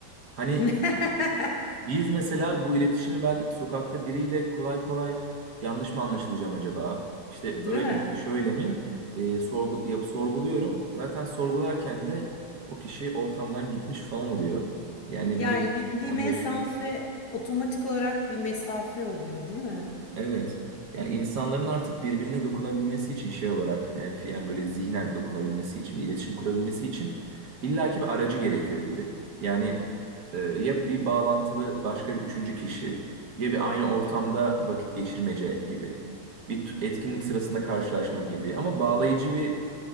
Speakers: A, on the right; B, on the left.
A: Hani
B: <laughs>
A: biz mesela bu iletişimi ben sokakta biriyle kolay kolay yanlış mı anlaşılacağım acaba? İşte
B: Değil
A: öyle
B: mi?
A: mi, şöyle mi? E, sorgu, yap, sorguluyorum. Zaten sorgularken de o kişi ortamdan gitmiş falan oluyor. Yani
B: Yani
A: bir
B: bir, bir
A: onu
B: mesafe
A: yaşıyor.
B: otomatik olarak bir mesafe oluyor, değil mi?
A: Evet. Yani insanların artık birbirine dokunabilmesi için şey olarak e, fi- yani böyle zihnen dokunabilmesi için bir iletişim kurabilmesi için illaki bir aracı gerekiyor gibi. Yani e, ya bir bağlantılı başka bir üçüncü kişi ya bir aynı ortamda vakit geçirmece gibi bir t- etkinlik sırasında karşılaşma gibi ama bağlayıcı bir